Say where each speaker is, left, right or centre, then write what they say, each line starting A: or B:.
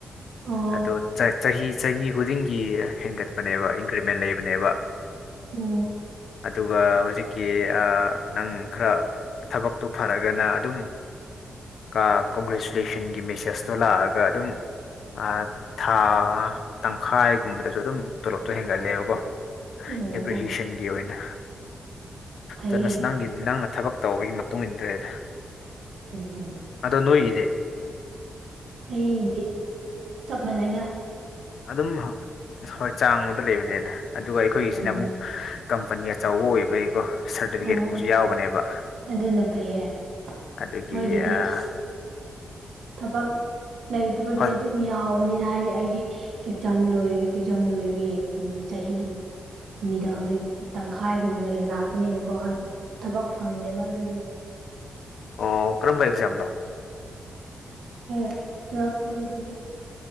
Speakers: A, on the right; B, on the left.
A: ꯑꯣ
B: ꯑꯗꯣ ꯆꯥ ꯆꯍꯤ ꯆꯍꯤ ꯈꯨꯗꯤꯡꯒꯤ ꯍꯦꯟꯒꯠ ꯄꯥꯅꯦꯕ ꯏꯟꯀ꯭ꯔꯤꯃꯦꯟ ꯂꯩꯕꯅꯦꯕ
A: ꯎꯝ
B: ꯑꯗꯨꯒ ꯍꯨꯖꯤꯛꯀꯤ ꯑꯥ ꯅꯪ ꯈꯔ ꯊꯕꯛ ꯇꯨ ꯐꯔꯒꯅ ꯑꯗꯨꯝ ꯀ ꯀꯣꯡꯒ꯭ꯔꯦꯆꯨꯂꯦꯁꯟꯒꯤ ꯃꯦꯁꯦꯁꯇꯣ ꯂꯥꯛꯑꯒ ꯑꯗꯨꯝ ꯑꯥ ꯊꯥ ꯉꯥ ꯇꯪꯈꯥꯏꯒꯨꯝꯕꯗꯁꯨ ꯑꯗꯨꯝ ꯇꯣꯂꯣꯞꯇꯣ ꯍꯦꯟꯒꯠꯂꯦꯕꯀꯣ
A: ꯑꯣ
B: ꯑꯦꯄ꯭ꯔꯤꯁꯤꯌꯦꯁꯟꯒꯤ
A: ꯑꯣ
B: ꯑꯣꯏꯅ
A: ꯐꯩꯌꯦ
B: ꯗꯅꯁ ꯅꯪꯒꯤ ꯅꯪꯅ ꯊꯕꯛ ꯇꯧꯕꯒꯤ ꯃꯇꯨꯡ ꯏꯟꯗ꯭ꯔꯦꯗ
A: ꯎꯝ ꯎꯝ
B: ꯑꯗꯣ ꯅꯣꯏꯒꯤꯗꯤ
A: ꯑꯩꯗꯤ ꯆꯞ ꯃꯥꯟꯅꯩꯗ
B: ꯑꯗꯨꯝ ꯍꯣꯏ ꯆꯥꯡꯃꯗ ꯂꯩꯕꯅꯦꯗ ꯑꯗꯨꯒ ꯑꯩꯈꯣꯏꯒꯤꯁꯤꯅ
A: ꯎꯝ
B: ꯑꯃꯨꯛ ꯀꯝꯄꯅꯤ ꯑꯆꯧꯕ ꯑꯣꯏꯕꯩ ꯔꯣ ꯁꯥꯔꯇꯤꯐꯤꯀꯦꯠꯀꯨꯝꯕꯁꯨ
A: ꯑꯣ ꯑꯣ
B: ꯌꯥꯎꯕꯅꯦꯕ
A: ꯑꯗꯨꯅ ꯐꯩꯌꯦ
B: ꯑꯗꯨꯒꯤ
A: ꯍꯣꯏꯗꯗꯤ
B: ꯑꯥ
A: ꯑꯁ ꯊꯕꯛ ꯂꯩꯇꯥꯕꯒꯤ
B: ꯍꯣꯏ
A: ꯑꯗꯨ ꯌꯥꯎꯕꯅꯤꯅ ꯍꯥꯏꯗꯤ ꯑꯩꯗꯤ ꯑꯦꯛꯖꯥꯝ ꯂꯣꯏ ꯑꯦꯛꯖꯥꯝ ꯂꯣꯏꯕꯒꯤ ꯎꯝ ꯆꯍꯤ ꯃꯤꯗꯜꯗꯒꯤ ꯇꯪꯈꯥꯏꯒꯨꯝꯕꯗꯒꯤ ꯂꯥꯛꯄꯅꯤꯅꯀꯣ ꯍꯣꯏ ꯊꯕꯛ ꯐꯪꯗꯦꯕ ꯑꯗꯨꯒꯤ
B: ꯑꯣ ꯀꯔꯝꯕ ꯑꯦꯛꯖꯥꯝꯅꯣ
A: <unintelligible>